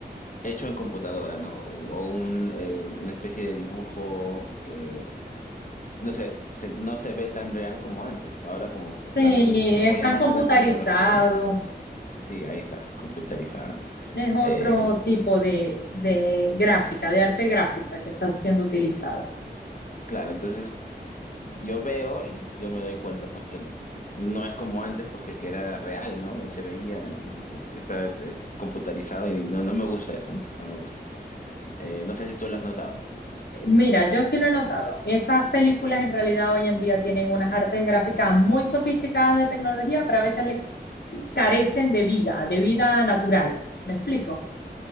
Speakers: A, on the left; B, on the left.
A: hecho en computadora, ¿no? O, o un, eh, una especie de dibujo que, no sé, se- no se ve tan real como antes. Ahora como están,
B: Sí,
A: se apoya
B: están
A: más
B: computarizados.
A: en la tecnología, sí, sí, ahí está, computarizado.
B: Es otro
A: Eh, lo-
B: tipo de, de gráfica, de arte gráfica que está siendo utilizada.
A: claro, entonces yo veo y yo me doy cuenta pues que no es como antes pues que, que era real, ¿no? Y se veía y es- está es computarizado y no, no me gusta eso, no me gusta. Eh, no sé si tú lo has notado.
B: Mira, yo sí lo he notado. Esas películas en realidad hoy en día tienen unas artes gráficas muy sofisticadas de tecnología, pero a veces le carecen de vida, de vida natural. ¿Me explico?